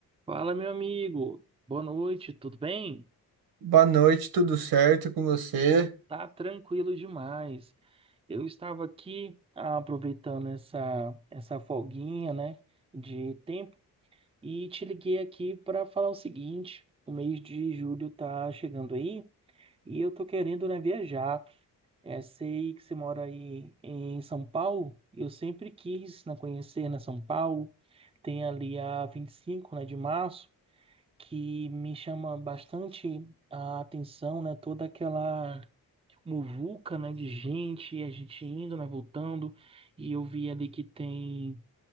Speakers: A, on the right; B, on the right.
A: Fala, meu amigo. Boa noite, tudo bem?
B: Boa noite, tudo certo com você?
A: Tá tranquilo demais. Eu estava aqui ah, aproveitando essa essa folguinha, né, de tempo e te liguei aqui para falar o seguinte: o mês de julho tá chegando aí e eu tô querendo, né, viajar. É, sei que você mora aí em São Paulo e eu sempre quis, né, conhecer, né, São Paulo. Tem ali a 25, né, de março. que me chama bastante a atenção, né? Toda aquela muvuca, né, de gente, a gente indo, né, voltando, e eu vi ali que tem